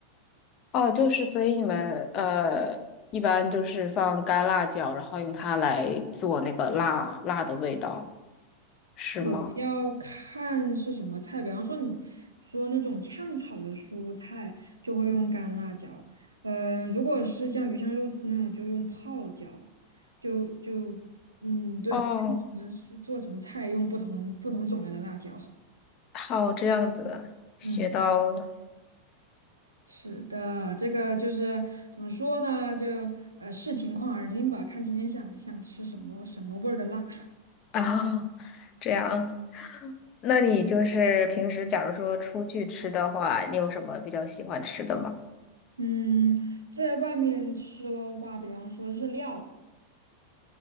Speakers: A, on the left; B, on the right.
A: 哦，就是所以你们呃，一般就是放干辣椒，然后用它来做那个辣辣的味道，是吗？
B: 我要看是什么菜，比方说你说那种炝炒的蔬菜，就会用干辣椒。嗯、如果是像鱼香肉丝那种，就用泡椒。就就嗯，对，
A: 哦，
B: 看什么是做什么菜，用不同不同种类的辣椒。
A: 好，这样子学到了
B: 嗯。是的，这个就是怎么说呢？就呃视情况而定吧，看今天想想吃什么什么味儿的辣。
A: 啊，这样，那你就是平时假如说出去吃的话，你有什么比较喜欢吃的吗？
B: <laughs> 嗯，在外面吃的话，比方说日料，